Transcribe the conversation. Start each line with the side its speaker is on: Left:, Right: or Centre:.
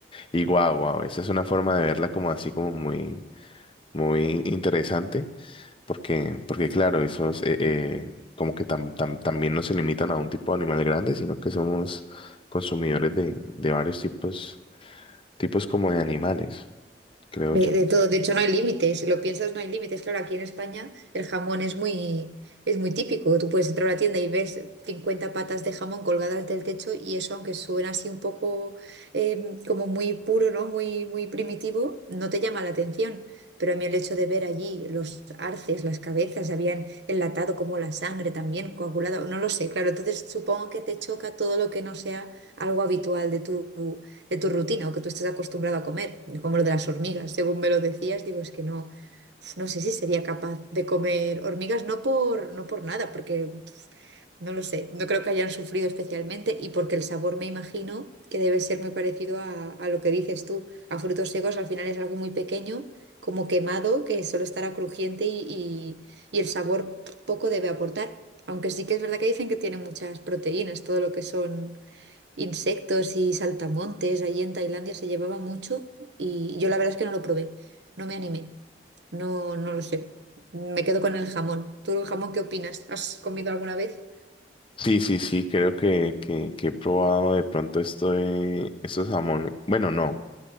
Left: Y guau, guau, esa es una forma de verla como así como muy, muy interesante, porque, porque claro, esos eh, eh, como que tam- tam- también no se limitan a un tipo de animal grande, sino que somos consumidores de, de varios tipos, tipos como de animales, creo
Right: De,
Left: yo.
Right: de todo, de hecho no hay límites, si lo piensas no hay límites. Claro, aquí en España el jamón es muy, es muy típico. Tú puedes entrar a la tienda y ves 50 patas de jamón colgadas del techo y eso, aunque suena así un poco eh, como muy puro, ¿no? Muy, muy primitivo, no te llama la atención. Pero a mí el hecho de ver allí los arces, las cabezas, habían enlatado como la sangre también, coagulada, no lo sé, claro. Entonces supongo que te choca todo lo que no sea algo habitual de tu de tu rutina o que tú estés acostumbrado a comer, como lo de las hormigas, según me lo decías, digo, es que no, uf, no sé si sería capaz de comer hormigas, no por, no por nada, porque uf, no lo sé, no creo que hayan sufrido especialmente y porque el sabor me imagino que debe ser muy parecido a, a lo que dices tú, a frutos secos al final es algo muy pequeño, como quemado, que solo estará crujiente y, y y el sabor poco debe aportar. Aunque sí que es verdad que dicen que tiene muchas proteínas, todo lo que son insectos y saltamontes. Allí en Tailandia se llevaba mucho y yo la verdad es que no lo probé, no me animé, no, no lo sé. Me quedo con el jamón. ¿Tú el jamón qué opinas? ¿Has comido alguna vez?
Left: Sí, sí, sí, creo que, que, que he probado de pronto esto de estos jamones. Bueno, no,